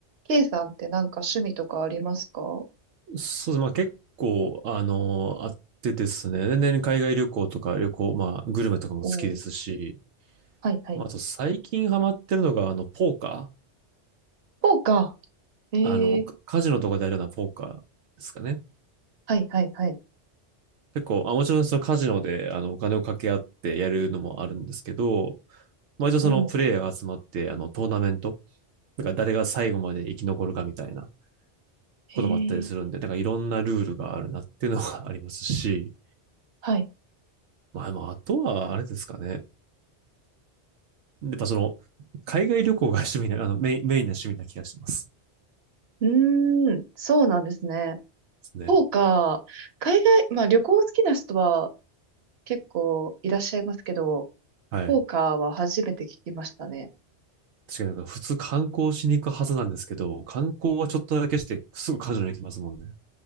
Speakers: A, on the right; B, on the right.
A: K さんってなんか趣味とかありますかお
B: そうですまあ結構、あの、あってですね、年々海外旅行とか旅行、まあグルメとかも好きですし、
A: おー、はいはい。
B: まああと最近ハマってるのが、あの、ポーカ
A: そうか。えー、
B: ー、あの、カカジノとかでやるようなポーカーですかね。
A: はいはいはい。
B: 結構、あ、もちろんそのカジノで、あの、お金を掛け合ってやるのもあるんですけど、まあ一応そのプレイヤーが集まって、
A: おお、
B: あの、トーナメント、なんか誰が最後まで生き残るかみたいなこともあったりするんで、
A: えー、
B: なんかいろんなルールがあるなっていうのが <laughs> ありますし、
A: はい。
B: まあ、まああとはあれですかね。やっぱその、海外旅行が趣味な、<laughs> あの、メイン、メインな趣味な気がします。で
A: うーん、そうなんですね。
B: すね。
A: そうか。海外、まあ旅行好きな人は結構いらっしゃいますけど、
B: はい。
A: ポーカーは初めて聞きましたね。
B: 確かになんか普通観光しに行くはずなんですけど、観光はちょっとだけして、すぐカジュアルに行きますもんね。